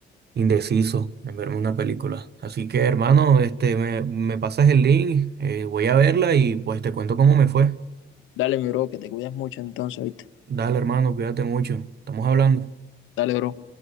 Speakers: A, on the right (about 55°); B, on the left (about 80°).
A: indeciso en verme una película. Así que, hermano, este, me, me pasas el link, eh, voy a verla y pues te cuento cómo me fue.
B: Dale, mi bro, que te cuidas mucho entonces, ¿viste?
A: Dale, hermano, cuídate mucho. Estamos hablando.
B: Dale, bro.